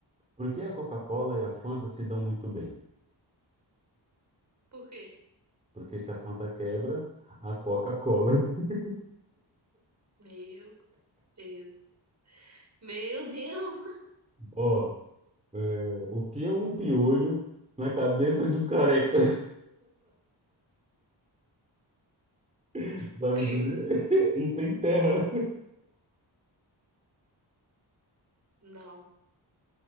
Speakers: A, on the right; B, on the right.
A: Por que a Coca-Cola e a Fanta se dão muito bem?
B: Por quê?
A: Porque se a Fanta quebra, a Coca-Cola. <laughs>
B: Meu Deus. Meu Deus!
A: Ó, é, o que é um piolho na cabeça de um careca? <laughs> Sabe
B: O quê?
A: dizer? <laughs> Um sem terra.
B: Não.